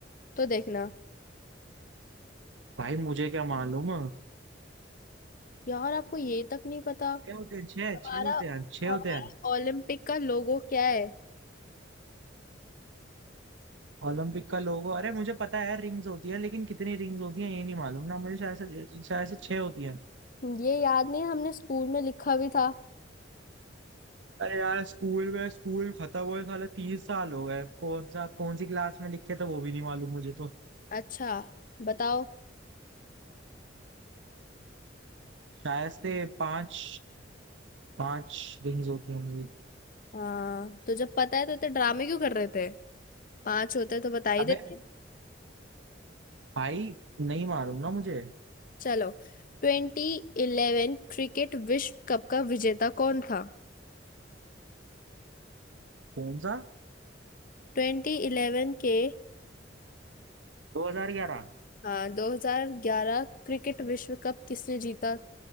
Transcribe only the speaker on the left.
तो देखना
यार आपको ये तक नहीं पता
हमारा
हमारा
ओलंपिक का लोगो क्या है
ये याद नहीं है, हमने स्कूल में लिखा भी था
अच्छा बताओ
हाँ तो जब पता है तो इतने ड्रामे क्यों कर रहे थे पांच होते तो बता ही
देते
चलो ट्वेंटी इलेवन क्रिकेट विश्व कप का विजेता कौन था
ट्वेंटी इलेवन के
हाँ दो हजार ग्यारह क्रिकेट विश्व कप किसने जीता